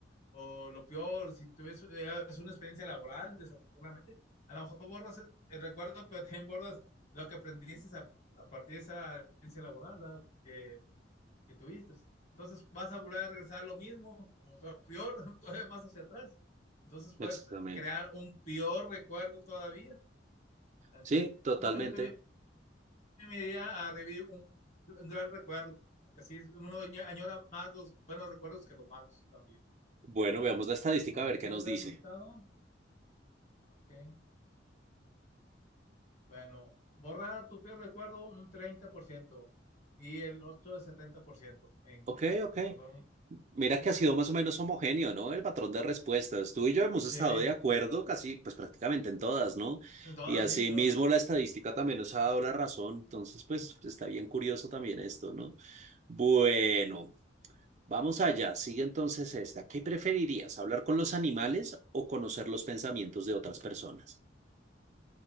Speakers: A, on the left; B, on the right.
A: o lo peor, si tuvieras una experiencia laboral, desafortunadamente, a lo mejor borras eh, el recuerdo, pero también borras lo que aprendiste a, a partir de esa experiencia laboral ¿verdad? que, que tuviste. Entonces vas a volver a regresar a lo mismo, o todavía peor, <laughs> todavía más hacia atrás. Entonces puedes
B: exactamente.
A: crear un peor recuerdo todavía. Así
B: Sí,
A: es.
B: totalmente.
A: No, yo también me iría a revivir un, un gran recuerdo, porque así uno añora más los buenos recuerdos que los malos también.
B: Bueno,
A: Uh -huh.
B: veamos la estadística
A: Bueno,
B: a ver qué
A: ¿quieres
B: nos
A: ver
B: dice.
A: el resultado? Ok. Bueno, borrar tu peor recuerdo un 30% y el otro el 70% en
B: Ok, ok.
A: recordar. un-
B: Mira
A: Sí,
B: que
A: sí.
B: ha sido más o menos homogéneo, ¿no? El patrón de respuestas. Tú y yo hemos estado
A: Sí.
B: de acuerdo casi, pues prácticamente en todas, ¿no?
A: En todas,
B: Y asimismo
A: sí, la verdad, sí.
B: la estadística también nos ha dado la razón. Entonces, pues está bien curioso también esto, ¿no? Bueno. Vamos allá, sigue entonces esta. ¿Qué preferirías, hablar con los animales o conocer los pensamientos de otras personas?